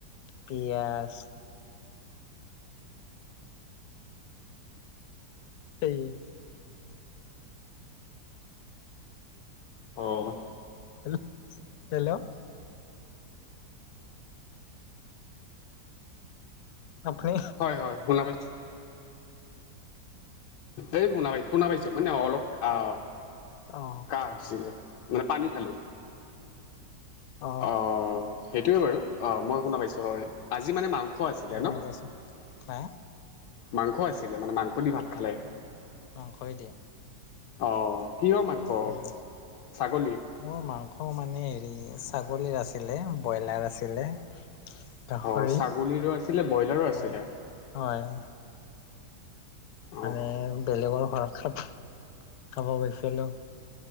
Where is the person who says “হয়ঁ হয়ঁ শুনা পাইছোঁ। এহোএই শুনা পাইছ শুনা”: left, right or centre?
Left